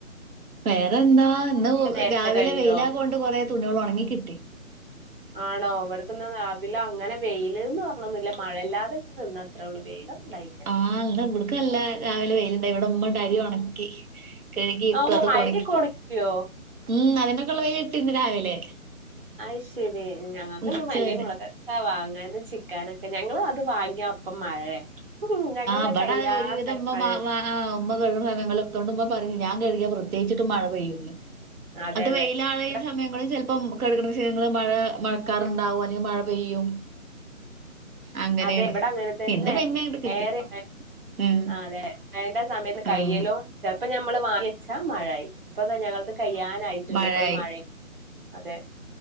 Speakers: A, on the right (about 80°); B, on the right (about 40°).
A: വേറെന്താ ഇന്ന്
B: നേരത്തെ
A: രാവിലെ
B: കഴിയോ
A: വെയിലാ കൊണ്ട് കൊറെ തുണികൾ ഒണങ്ങി കിട്ടി
B: ഉ <inaudible> ആണോ ഇവട്ക്ക്ന്നാ രാവിലെ അങ്ങനെ വെയ്ൽ ന്ന് പറ്ഞ്ഞൊന്നില്ല മഴയില്ലാതെങ്ങനെ നിന്ന അത്രേ ള്ളൂ വെയിലന്നും ണ്ടായില്ല
A: ആഹ് ന്ന് ഇവിട്ക്ക്ല്ല രാവിലെ വെയിലുണ്ടായി ഇവിടെ ഇമ്മ ണ്ട് അരി ഒണക്കി കഴുകി ഇട്ടു
B: ഓ
A: അതൊക്കെ
B: അരിയൊക്കെ
A: ഒണങ്ങിക്കിട്ടി
B: ഒണക്കിയോ
A: ഉം അതിനൊക്കെള്ള വെയ്ല് കിട്ടി ഇന്ന് രാവിലെ
B: അഹ് ശരി ഞങ്ങക്ക്ണ്ട്
A: ഉച്ചവരെ
B: മല്ലി മുളക് ഒക്കെ വാങ്ങാനും ചിക്കാ നൊക്കെ ഞങ്ങള് അത് വാങ്ങിയ അപ്പം മഴയെ ഉം ഞങ്ങൾത്
A: ഇവിടെ
B: അഹ് കയ്യാ
A: ഒരുവിധം
B: നേരം
A: ഉമ്മ
B: മഴെയ്താ
A: മാ മാ ആഹ് ഉമ്മ <unintelligible> തൊണ്ട് ഉമ്മ പറഞ്ഞു ഞാൻ കഴിയാ പ്രത്യേകിച്ചിട്ട് മഴ പെയ്യന്ന്
B: അതെ
A: അത്
B: അതെ
A: വെയിലായി
B: ഇവിടെ
A: സമയങ്ങളിൽ ചെൽപ്പം <unintelligible> മഴ മഴക്കാറുണ്ടാവും അല്ലെങ്കിൽ മഴ പെയ്യും അങ്ങനെയാണ്
B: അതെ ഇവിടെ അങ്ങനെ തന്നെ
A: ഇന്ന് പിന്നെ അങ്ങട് കിട്ടി
B: ഏറെ
A: ആഹ്
B: ആ അതെ മഴന്റെ സമയത്ത് കയ്യലും
A: ആഹ്
B: ഇപ്പം ഞമ്മള് വാങ്ങി വച്ചാ മഴായി ഇപ്പ താ ഞങ്ങള്ത് കയ്യാനായിട്ടുണ്ട്
A: മഴയായി
B: ഇപ്പത് മഴിം അതെ